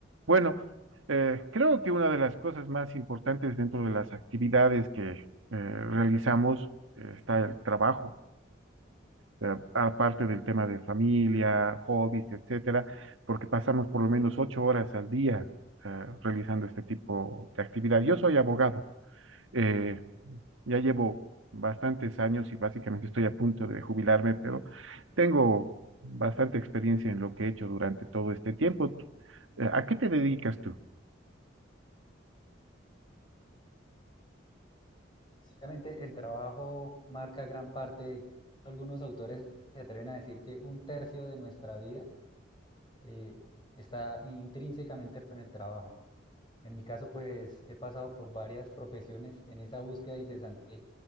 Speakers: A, on the right (about 85°); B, on the left (about 25°).
A: Bueno, eh, creo que una de las cosas más importantes dentro de las actividades que eh, realizamos eh, está el trabajo, eh, aparte del tema de familia, hobbies, etcétera, porque pasamos por lo menos ocho horas al día eh, realizando este tipo de actividad. Yo soy abogado, eh, ya llevo bastantes años y básicamente estoy a punto de jubilarme, pero tengo bastante experiencia en lo que he hecho durante todo este tiempo. Eh, ¿a qué te dedicas tú?
B: Básicamente, el trabajo marca gran parte. Algunos autores se atreven a decir que un tercio de nuestra vida eh, está intrínsecamente con el trabajo. En mi caso, pues he pasado por varias profesiones en esa búsqueda incesante